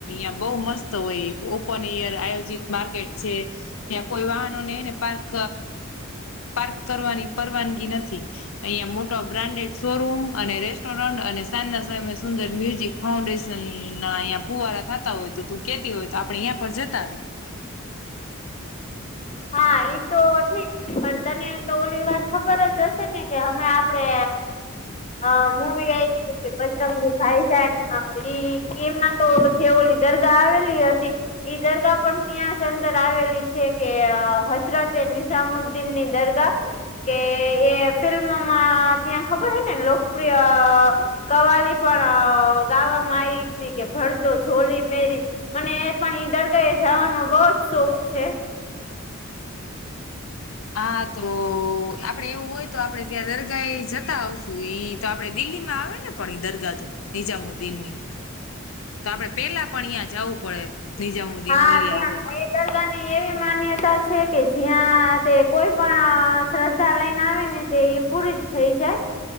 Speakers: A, on the left (about 70°); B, on the left (about 35°).
A: અં બહુ મસ્ત હોય ઓપન એયર આયોજિત માર્કેટ છે. ત્યાં કોઈ વાહનોનેને પાર્ક પાર્ક કરવાની પરવાનગી નથી. અહિયાંયા મોટા બ્રાન્ડેડ શોરૂમ અને રેસ્ટોરન્ટ અને સાંજના સમય સુંદર મ્યુઝિક. ફાઉન્ડેશન ના અહં ફુવારા થતા હોય તો તું કેતી હોય તો આપડે અયાં પર જતા આવી.
B: હા એતો ઠીક પણ તનેતો ઓલી વાત ખબર જ હશે ને કે હમે આપડે હ મુવી આયવીતી બજરંગી ભાઇજાન <unintelligible> તો જે ઓલી દરગાહ આવેલી હતી, ઈ દરગાહ પણ ત્યાંજ અંદર આવેલી છે. કે હજરતએ નિઝામુદ્દીનની દરગાહ. કેએ ફિલ્મોમાં ત્યાં ખબર હેને લોકપ્રિય કવાલી પણ ગાવામાં આવી હતી કે ભળદો છોલી મેરી. મને એપણ ઈ દરગાહયે જવાનો બવજ શોખ છે.
A: હા તો આપડે એવું હોય તો આપડે ત્યાં દરગાએ જતા આવશુ ઈતો આપડે દિલ્હીમાં આવેને પણ ઈ દરગાહ તો? નિજામુદ્દીનની, તો આપડે પેલા પણ ન્યા જવું પડે. નિજામુદ્દીન
B: હા
A: ઓલી
B: ત્યાં
A: આગ.
B: એ દરગાહની એવી માન્યતા છેકે જ્યાં તે કોઈ પણ શ્રદ્ધા લઈને આવેને. તે એ પૂરી જ થઈ જાય,